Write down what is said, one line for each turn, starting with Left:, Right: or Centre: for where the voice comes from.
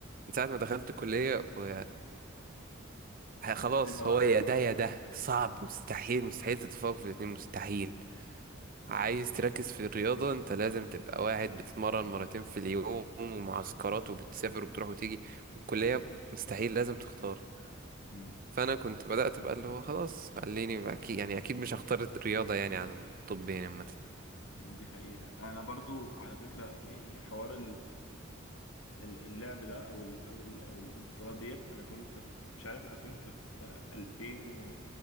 Right: من ساعة ما دخلت الكلية و... ه- خلاص
Left: منها وقت
Right: هو يا ده يا ده صعب مستحيل مستحيل تتفوق في الاتنين مستحيل عايز تركز في الرياضة انت لازم تبقى واحد بتتمرن مرتين في اليوم ومعسكرات وبتسافر وبتروح وتيجي والكلية مستحيل لازم تختار
Left: أمم،
Right: فانا كنت بدات بقى اللي هو خلاص خليني اكيد يعني اكيد مش هختار الرياضه يعني عن الطب يعني عامه
Left: <laughs> دي حقيقة أنا برضو على فكرة يعني حوار ال- اللعب ده او ال- او ال- أو ال- البطولات ديت انا كنت في مش عارف انا كنت في 2000